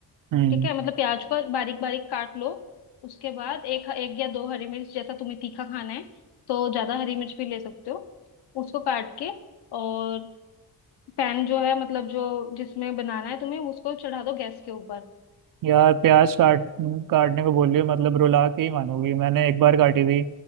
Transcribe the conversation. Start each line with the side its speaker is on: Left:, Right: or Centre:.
Right: हम्म
Left: ठीक है मतलब प्याज को बारीक बारीक काट लो उसके बाद एक एक या दो हरी मिर्च जैसा तुम्हें तीखा खाना है तो ज्यादा हरी मिर्च भी ले सकते हो उसको काट के और पैन जो है मतलब जो जिसमें बनाना है तुम्हें उसको चढ़ा दो गैस के ऊपर
Right: यार प्याज काट काटने को बोल रही हो मतलब रुला के ही मानोगी मैंने एक बार काटी थी